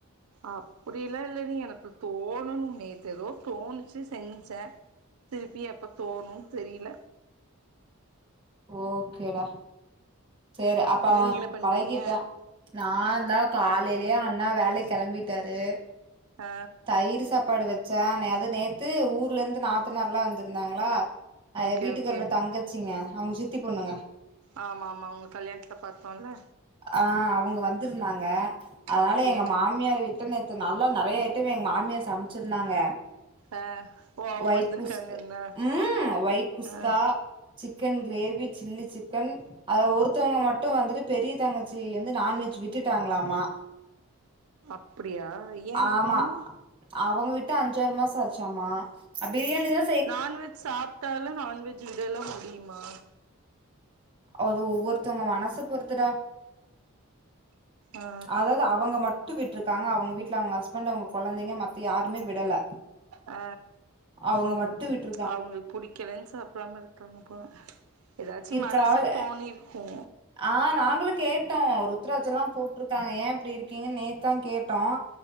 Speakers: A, on the right (about 75°); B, on the right (about 20°).
A: அப்படிலா இல்ல அண்ணி எனக்கு தோணனு நேத்து ஏதோ தோணிச்சு செஞ்ச திருப்பி எப்ப தோணு தெரியல
B: ஓகேடா சேரி அப்ப
A: நீங்க
B: அவன்
A: என்ன பண்றீங்க
B: பழகிட்டா நான்ந்தா காலையிலயே அண்ணா வேலைக்கு கிளம்பிட்டாரு
A: ஆ
B: தயிர் சாப் பாடு வெச்ச அத நேத்து ஊர்ல இருந்து நாத்தனார் எல்லா வந்திருந்தாங்களா அது
A: ஓகே
B: வீட்டுக்காரோட
A: ஓகே
B: தங்கச்சிங்க அவங்களுக்கு சித்தி பொண்ணுங்க
A: ஆமாமா உங்க கல்யாணத்ல பாத்தோம்ல
B: ஆ அவங்க வந்திருந்தாங்க அதனால
A: ஓகே
B: எங்க மா மியார் வீட்ல நேத்து நல்லா நெறைய ஐட்டம் எங்க மாமியார் சமைச்சிருந்தாங்க
A: ஆ ஓ அவங்க
B: வயட்
A: வந்திருக்காங்க
B: குஸ்
A: என்ன
B: ம் ஒய்ட் குஸ்கா
A: ஆ
B: சிக்கன் க்ரேவி சில்லி சிக்கன் அத ஒருத்தவங்க மட்டு வந்துட்டு பெரிய தங்கச்சி வந்து நான்வெஜ் விட்டுட்டாங்களாமா
A: அப்படியா ஏ
B: ஆமா
A: திடீனு
B: அவங்க வட்டு அஞ்சாறு மாச ஆச்சாமா பிரியாணிதா
A: நான்வெஜ் சாப்பிட்டாலு நான்வெஜ் விடல்லா முடியுமா
B: அது ஒவ்வொருத்தவங்க மனசு பொறுத்துடா
A: ஆ
B: அத அவங்க மட்டு விட்ருக்காங்க அவங்க வீட்ல அவங்க ஹஸ்பண்ட் அவங்க கொழந்தைங்க மத்த யாருமே விடல
A: ஆ
B: அவங்க மட்டு விட்டு
A: அவங்களுக்கு புடிக்கலன்னு சாப்டாம இருக்காங்க போல ஏதாச்சு ம
B: காவ்ல
A: சிர்சே
B: ஆ நாங்களு கேட்டோ ருத்ராஜ எல்லா போட்ருக்காங்க ஏ இப்டி இருக்கீங்கன்னு நேத்தா கேட்டோ